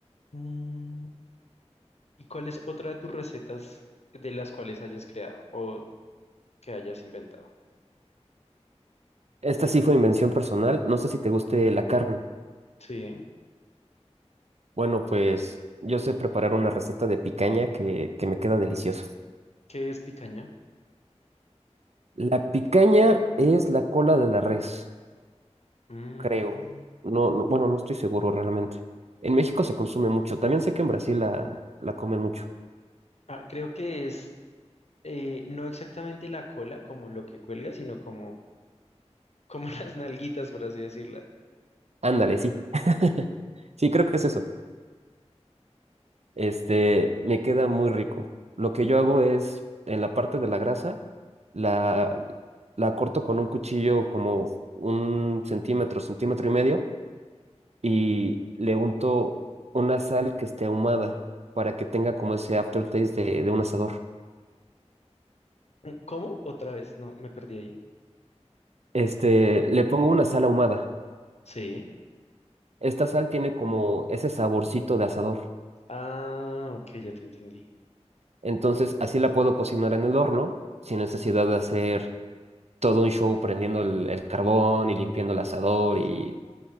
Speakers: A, on the left (about 65°); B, on the right (about 65°).
A: Mm. ¿Y cuál es otra de tus recetas de las cuales hayas creado o que hayas inventado?
B: Esta sí fue invención personal. No sé si te guste la carne.
A: Sí.
B: Bueno, pues yo sé preparar una receta de picaña que, que me queda deliciosa.
A: ¿Qué es picaña?
B: La picaña es la cola de la res,
A: Mm,
B: creo. No, no- bueno, no estoy seguro realmente. En México se consume mucho. También sé que en Brasil la, la comen mucho.
A: ah, creo que es eh, no exactamente la cola como lo que cuelga, sino como, como <laughs> las nalguitas, por así decirlas.
B: Ándale, sí. <laughs> Sí, creo que es eso. este, me queda muy rico. Lo que yo hago es, en la parte de la grasa, la, la corto con un cuchillo como un centímetro, centímetro y medio, y le unto una sal que esté ahumada para que tenga como ese aftertaste de, de un asador.
A: ¿Cómo? Otra vez, no, me perdí ahí.
B: Este, le pongo una sal ahumada.
A: Sí.
B: Esta sal tiene como ese saborcito de asador.
A: Ah, ok, ya te entendí.
B: Entonces, así la puedo cocinar en el horno sin necesidad de hacer todo un show prendiendo el, el carbón y limpiando el asador y